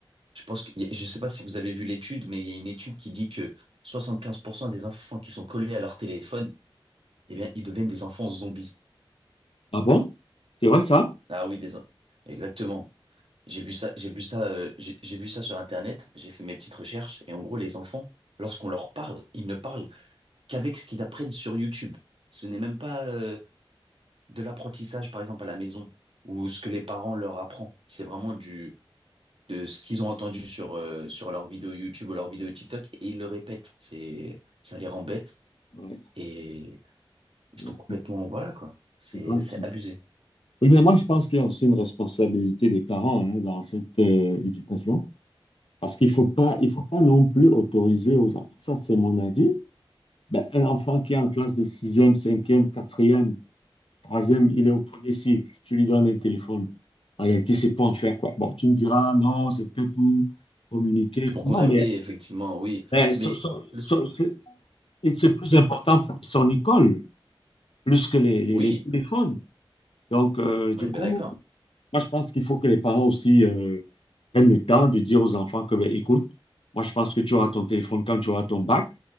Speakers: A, on the right; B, on the left.
A: je pense que, je sais pas si vous avez vu l'étude, mais il y a une étude qui dit que 75% des enfants qui sont collés à leur téléphone, eh bien, ils deviennent des enfants zombies.
B: Ah bon? C'est vrai ça?
A: Ah oui, des, en- exactement. J'ai vu ça, j'ai vu ça, euh, j'ai j'ai vu ça sur Internet, j'ai fait mes petites recherches, et en gros, les enfants, lorsqu'on leur parle, ils ne parlent qu'avec ce qu'ils apprennent sur YouTube. Ce n'est même pas, euh, de l'apprentissage, par exemple, à la maison, ou ce que les parents leur apprennent. C'est vraiment du, de ce qu'ils ont entendu sur, euh, sur leurs vidéos YouTube ou leurs vidéos TikTok, et ils le répètent. C'est, ça les rend bêtes,
B: Ouais,
A: et ils
B: ouais.
A: sont complètement, voilà, quoi. C'est,
B: C'est grand.
A: c'est abusé.
B: Oui, mais moi, je pense qu'il y a aussi une responsabilité des parents hein, dans cette euh, éducation, parce qu'il faut pas, il faut pas non plus autoriser aux enfants. Ça, c'est mon avis. Ben, un enfant qui est en classe de sixième, cinquième, quatrième. Troisième, il est au premier cycle. Tu lui donnes un téléphone. En réalité, c'est pour en faire quoi? Bon, tu me diras, non, c'est peut-être pour communiquer.
A: Et pour contacter,
B: Non, mais
A: effectivement, oui.
B: mais son-
A: Mais,
B: son-
A: le,
B: son-
A: sou-
B: c'est et c'est plus important pour lui, son école, plus que les, les-
A: oui,
B: les téléphones. Donc, euh, du
A: on est
B: coup,
A: bien d'accord.
B: moi, je pense qu'il faut que les parents aussi euh, prennent le temps de dire aux enfants que, ben, écoute, moi, je pense que tu auras ton téléphone quand tu auras ton bac.